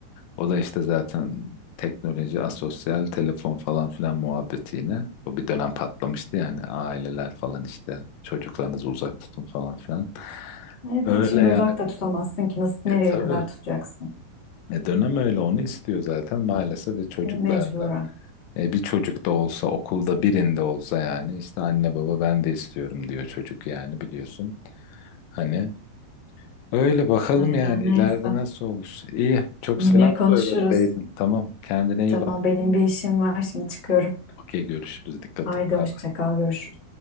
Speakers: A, on the left; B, on the left.
A: O da işte zaten teknoloji, asosyal, telefon falan filan muhabbeti yine. O bir dönem patlamıştı yani aileler falan işte çocuklarınızı uzak tutun falan filan.
B: Evet
A: Öyle
B: şimdi
A: yani
B: uzakta tutamazsın ki nasıl
A: e,
B: nereye
A: tabii.
B: kadar tutacaksın?
A: E, dönem öyle onu istiyor zaten maalesef ve çocuklarda
B: E, mecburen.
A: e, bir çocuk da olsa okulda birinde olsa yani işte anne baba ben de istiyorum diyor çocuk yani biliyorsun. Hani Öyle bakalım
B: Aynen
A: yani
B: neyse.
A: ileride nasıl olur. İyi. Çok
B: Yine
A: selam
B: konuşuruz.
A: söyleseydin. Tamam. Kendine iyi
B: Tamam
A: bak.
B: benim bir işim var şimdi çıkıyorum.
A: Okey görüşürüz. Dikkat
B: Haydi
A: et. Bye.
B: hoşça kal görüşürüz.